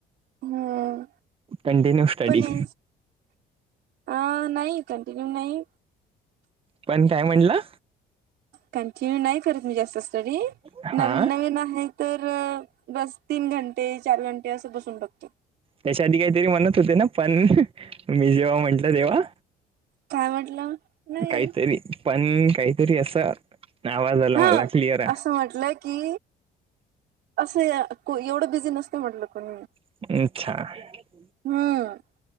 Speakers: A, on the right; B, on the right.
A: हम्म
B: कंटिन्यू स्टडी.
A: पण हे अ नाही, कंटिन्यू नाही
B: पण काय म्हणलं?
A: कंटिन्यू नाही करत, मी जास्त स्टडी
B: हा
A: नवीन नवीन आहे तर, बस तीन घंटे, चार घंटे, असं बसून बघतो
B: त्याच्या आधी काहीतरी म्हणत होते ना पण मी जेव्हा म्हटलं तेव्हा
A: काय म्हटलं नाही
B: काहीतरी पण काहीतरी असं आवाज आला
A: हा
B: मला क्लिअर
A: असं म्हटलं की असं एवढं बिझी नसते म्हटलं कोणी
B: <unintelligible>
A: हम्म.